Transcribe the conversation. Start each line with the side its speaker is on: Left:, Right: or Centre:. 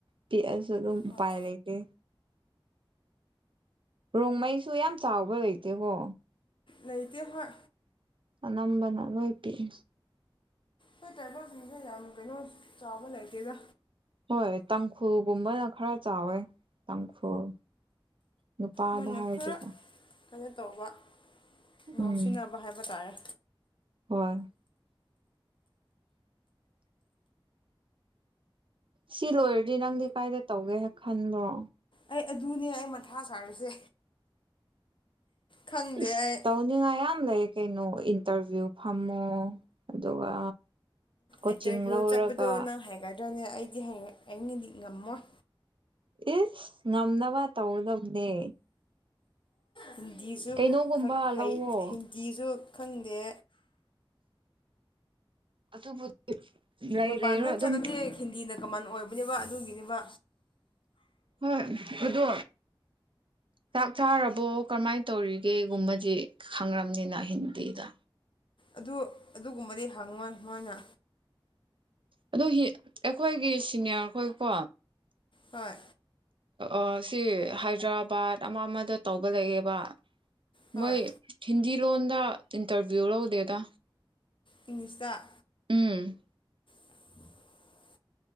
Right: ꯄꯤꯛꯑꯁꯨ ꯑꯗꯨꯝ
Left: ꯍꯣꯏ
Right: ꯎꯄꯥꯏ ꯂꯩꯇꯦ ꯔꯣꯡꯃꯩꯁꯨ ꯌꯥꯝ ꯆꯥꯎꯕ ꯂꯩꯇꯦꯀꯣ
Left: ꯂꯩꯇꯦ ꯍꯣꯏ
Right: ꯑꯅꯝꯕꯅ ꯂꯣꯏ ꯄꯤꯛꯏ
Left: ꯑꯩꯈꯣꯏ ꯇ꯭ꯔꯥꯏꯕꯦꯜꯁꯤꯡꯁꯦ ꯌꯥꯝ ꯀꯩꯅꯣ ꯆꯥꯎꯕ ꯂꯩꯇꯦꯗ
Right: ꯍꯣꯏ ꯇꯥꯡꯈꯨꯜꯒꯨꯝꯕꯅ ꯈꯔ ꯆꯥꯎꯋꯦ ꯇꯥꯡꯈꯨꯜ ꯅꯨꯄꯥꯗ
Left: ꯃꯣꯏꯅ
Right: ꯍꯥꯏꯔꯗꯤꯀꯣ
Left: ꯈꯔ ꯀꯩꯅꯣ ꯇꯧꯕ ꯉꯥꯎꯁꯤꯟꯅꯕ
Right: ꯎꯝ
Left: ꯍꯥꯏꯕ ꯇꯥꯔꯦ
Right: ꯍꯣꯏ ꯁꯤ ꯂꯣꯏꯔꯗꯤ ꯅꯪꯗꯤ ꯀꯥꯏꯗ ꯇꯧꯒꯦ ꯍꯦꯛ ꯈꯟꯕ꯭ꯔꯣ
Left: ꯑꯩ ꯑꯗꯨꯅꯦ ꯑꯩ ꯃꯊꯥ ꯁꯥꯔꯤꯁꯦ ꯈꯪꯗꯦ
Right: ꯏꯁ
Left: ꯑꯩ
Right: ꯇꯧꯅꯤꯡꯉꯥꯏ ꯌꯥꯝ ꯂꯩ ꯀꯩꯅꯣ ꯏꯟꯇꯔꯚ꯭ꯌꯨ ꯐꯝꯃꯣ ꯑꯗꯨꯒ ꯀꯣꯆꯤꯡ
Left: ꯏꯟꯇꯔꯚꯤꯌꯨ
Right: ꯂꯧꯔꯒ
Left: ꯆꯠꯄꯗꯣ ꯅꯪ ꯍꯩꯒꯗ꯭ꯔꯅꯦ ꯑꯩꯗꯤ ꯍꯩ ꯑꯩꯅꯗꯤ ꯉꯝꯃꯣꯏ
Right: ꯏꯁ ꯉꯝꯅꯕ ꯇꯧꯒꯗꯕꯅꯦ
Left: ꯍꯤꯟꯗꯤꯁꯨ
Right: ꯀꯩꯅꯣꯒꯨꯝꯕ
Left: ꯈꯪ ꯍꯩ
Right: ꯂꯧꯋꯣ
Left: ꯍꯤꯟꯗꯤꯁꯨ ꯈꯪꯗꯦ
Right: ꯑꯗꯨꯕꯨꯗꯤ ꯂꯩ
Left: ꯃꯄꯥꯟꯗ
Right: ꯂꯩꯔꯣ ꯑꯗꯨꯝ
Left: ꯆꯠꯂꯗꯤ ꯍꯤꯟꯗꯤꯅ ꯀꯃꯟ ꯑꯣꯏꯕꯅꯦꯕ ꯑꯗꯨꯒꯤꯅꯦꯕ
Right: ꯍꯣꯏ ꯑꯗꯨ ꯆꯥꯛ ꯆꯥꯔꯕꯣ ꯀꯔꯝꯃꯥꯏ ꯇꯧꯔꯤꯒꯦꯒꯨꯝꯕꯖꯤ ꯈꯪꯉꯔꯝꯅꯤꯅ ꯍꯤꯟꯗꯤꯗ
Left: ꯑꯗꯨ ꯑꯗꯨꯒꯨꯝꯕꯗꯤ ꯍꯪꯉꯣꯏ ꯃꯣꯏꯅ
Right: ꯑꯗꯨꯍꯤ ꯑꯩꯈꯣꯏꯒꯤ ꯁꯤꯅꯤꯌꯥꯔꯈꯣꯏꯀꯣ
Left: ꯍꯣꯏ
Right: ꯑ ꯁꯤ ꯍꯥꯏꯗ꯭ꯔꯕꯥꯠ ꯑꯃ ꯑꯃꯗ ꯇꯧꯕ ꯂꯩꯌꯦꯕ
Left: ꯍꯣꯏ
Right: ꯃꯣꯏ ꯍꯤꯟꯗꯤ ꯂꯣꯟꯗ ꯏꯟꯇꯔꯚꯤꯌꯨ ꯂꯧꯗꯦꯗ
Left: ꯏꯪꯂꯤꯁꯇ
Right: ꯎꯝ
Left: <unintelligible>